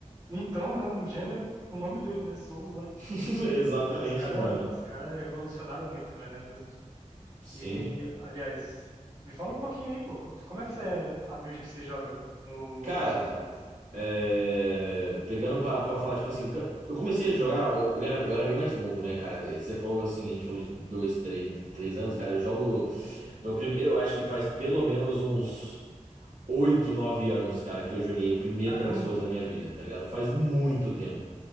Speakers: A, on the right (about 30°); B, on the right (about 85°).
A: Então, né? Um gênero com o nome deles, né? Souls-like.
B: <laughs> Exatamente,
A: Aí os cara,
B: mano.
A: os cara revolucionaram muito, velho, na indústria.
B: Sim.
A: E, aliás, me fala um pouquinho aí, pô. Como é que você, é a build que você joga no,
B: Cara,
A: no Souls-likes?
B: é, pegando pra, pra falar, tipo assim, eu comecei a jogar, eu, eu era, eu era bem mais novo, né, cara? Você falou assim, a gente falou de dois, três, de três anos, cara, eu jogo,
A: Sim.
B: meu primeiro eu acho que faz pelo menos uns 8 9 anos, cara, que eu joguei o primeiro
A: Caramba,
B: Dark Souls na minha vida, tá ligado? Faz muito tempo.